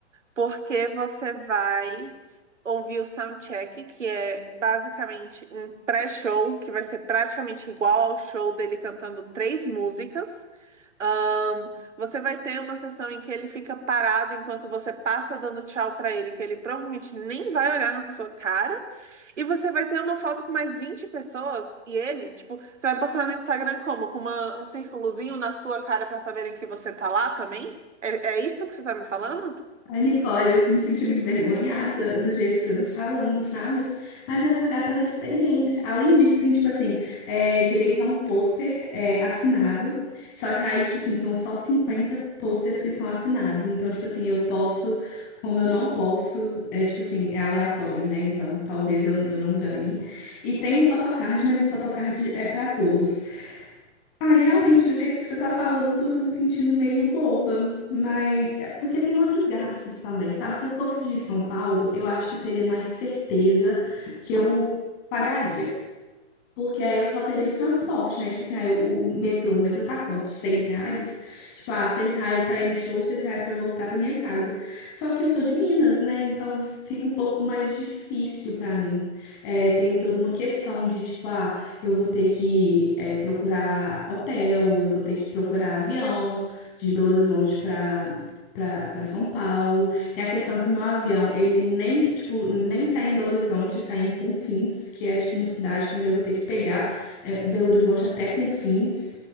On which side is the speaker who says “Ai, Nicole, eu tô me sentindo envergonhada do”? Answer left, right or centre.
Left